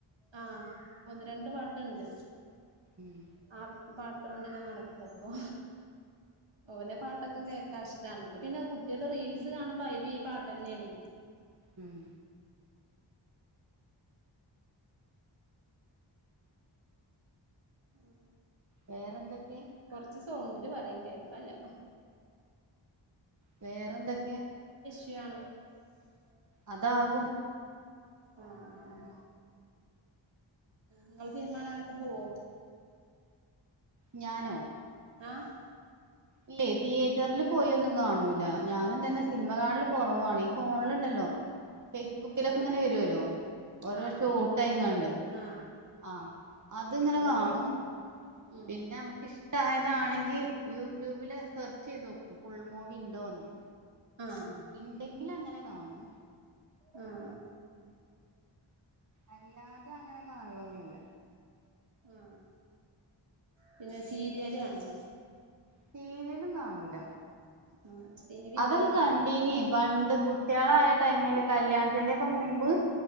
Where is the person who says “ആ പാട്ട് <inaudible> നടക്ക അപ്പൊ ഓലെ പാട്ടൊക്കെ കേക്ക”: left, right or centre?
Right